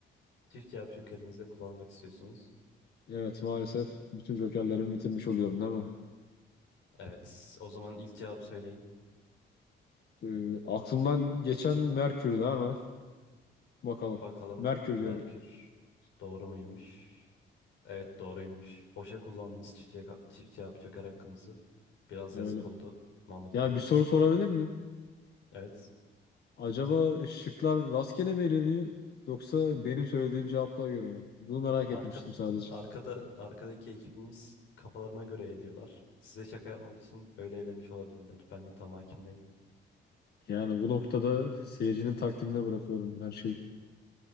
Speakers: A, on the left (about 75°); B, on the left (about 55°).
A: Çift cevap jokerinizi de kullanmak istiyorsunuz.
B: Evet maalesef bütün jokerlerimi bitirmiş oluyorum değil mi?
A: Evet, o zaman ilk cevabı söyleyin.
B: Ee, aklımdan geçen Merkür'dü ama bakalım.
A: Bakalım
B: Merkür
A: Merkür
B: diyorum
A: doğru muymuş? Evet doğruymuş. Boşa kullandınız çift, cevap- çift cevap joker hakkınızı. Biraz
B: öyle.
A: yazık oldu Mahmut
B: Yani
A: Bey.
B: bir soru sorabilir miyim?
A: Evet.
B: Acaba şıklar rastgele mi eleniyor yoksa benim söylediğim cevaplara göre mi? Bunu merak
A: Arka,
B: etmiştim sadece.
A: arkada arkadaki ekibimiz kafalarına göre eğiliyorlar. Size şaka yapmak için öyle elemiş olabilirler. Ben de tam hakim değilim.
B: Yani bu noktada seyircinin takdirine bırakıyorum her şeyi.